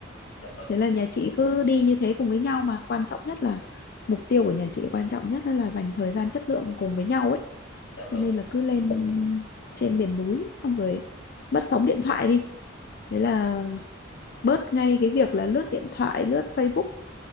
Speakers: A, on the left; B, on the left.
A: dạ vâng
B: thế là nhà chị cứ đi như thế cùng với nhau mà quan trọng nhất là mục tiêu của nhà chị quan trọng nhất là dành thời gian chất lượng cùng với nhau ấy
A: dạ
B: cho
A: vâng
B: nên là cứ
A: đúng
B: lên
A: đúng
B: trên miền núi xong rồi mất sóng điện thoại đi thế là bớt ngay cái việc là lướt điện thoại lướt Facebook